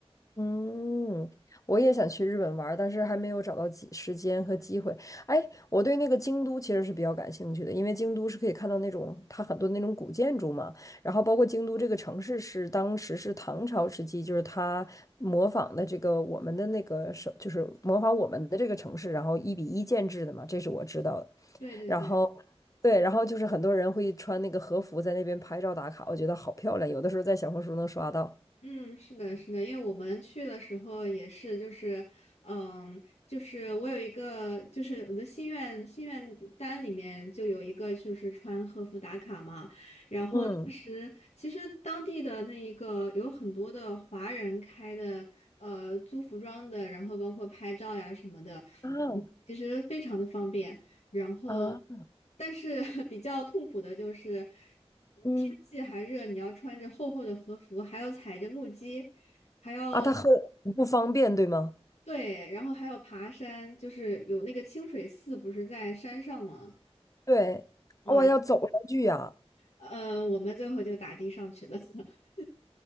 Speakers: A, on the left; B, on the left.
A: 嗯，我也想去日本玩儿但是还没有找到机时间和机会。哎，我对那个京都其实是比较感兴趣的，因为京都是可以看到那种它很多那种古建筑嘛，然后包括京都这个城市是当时是唐朝时期，就是它模仿的这个我们的那个首，就是模仿我们的这个城市，然后一比一建制的嘛，这是我知道的。
B: 对对对。
A: 然后对，然后就是很多人会穿那个和服在那边拍照打卡，我觉得好漂亮，有的时候在小红书能刷到。
B: 嗯，是的，是的，因为我们去的时候也是，就是，嗯，就是我有一个，就是我的心愿心愿单里面就有一个，就是穿和服打卡嘛。然后当时其实当地的那一个有很多的华人开的，
A: 嗯
B: 呃，租服装的，然后包括拍照呀什么的，
A: 啊
B: 嗯其实非常的方便。然后，
A: 啊
B: 但是 <laughs> 比较痛苦的就是
A: 嗯
B: 天气还热，你要穿着厚厚的和服，还要踩着木屐，还要
A: 啊，它很不方便，对吗？
B: 对，然后还要爬山，就是有那个清水寺不是在山上吗？
A: 对，
B: 哇，
A: 哇，要走上去呀、
B: 呃，我们最后就打的上去的。<laughs>